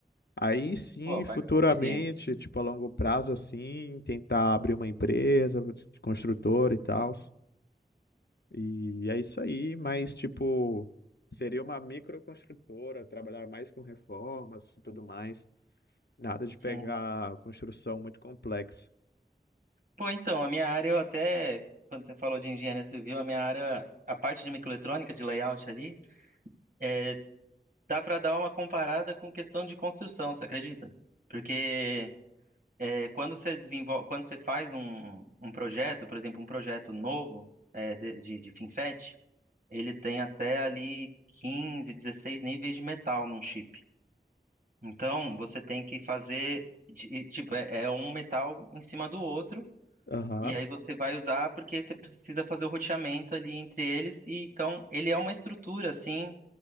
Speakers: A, on the left; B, on the right.
A: Aí sim,
B: Pô, vai
A: futuramente,
B: conseguir.
A: tipo a longo prazo assim, tentar abrir uma empresa de construtor e tal. E é isso aí, mas tipo, seria uma microconstrutora, trabalhar mais com reformas e tudo mais. Nada de pegar
B: Sim.
A: construção muito complexa.
B: Pô, então, a minha área eu até, quando você falou de engenharia civil, a minha área, a parte de microeletrônica, de layout ali, é, dá para dar uma comparada com questão de construção, você acredita? Porque é, quando você desenvolve, quando você faz um, um projeto, por exemplo, um projeto novo é, de, de, de FinFET, ele tem até ali 15 16 níveis de metal num chip. Então, você tem que fazer, de- tipo, é é um metal em cima do outro
A: Aham.
B: E aí você vai usar porque você precisa fazer o roteamento ali entre eles. E então ele é uma estrutura assim